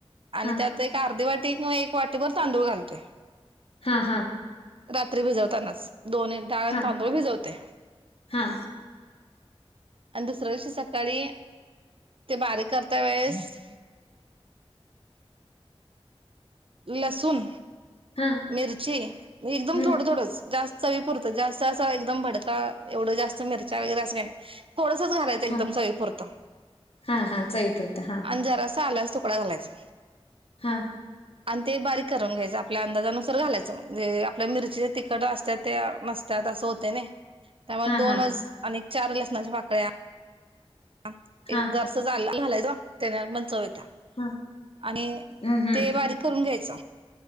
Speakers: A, on the right (about 60°); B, on the left (about 65°).
A: आणि
B: हा
A: त्यात एक अर्धी वाट तीन किवा एक वाटीभर तांदूळ घालते
B: हा हा
A: रात्री भिजवतानाच दोन्ही डाळण
B: हा
A: तांदूळ भिजवते
B: हा
A: आणि दुसर्या वर्ष सकाळी ते बारीक करता वेळेस लसूण
B: हा
A: मिरची एकदम
B: हम्म
A: थोडं- थोडं जास्त चवी पुरतं जास्त असं एकदम भडका एवढं जास्त मिरच्या वगैरे असं काय नाही. थोडसच घालायचं एकदम
B: हा
A: चवीपुरतं
B: हा हा चवीपुरता हा
A: आणि जरा असं आलं - तुकडा घालायचा!
B: हा
A: आणि ते बारीक करून घ्यायचं आपल्या अंदाजानुसार घालायचं म्हणजे आपल्या मिरची ज्या तिखट असत त्या नसत. त्या अस होत नाही त्या मुळे
B: हा
A: दोनच
B: हा
A: आणि चार लसणाच्या पाकळ्या - ह
B: हा
A: एक जरास आलं मघालायचं त्याच्यानं पण चव येते.
B: ह
A: आणि
B: हम्म हम्म
A: ते बारीक करून घ्यायच!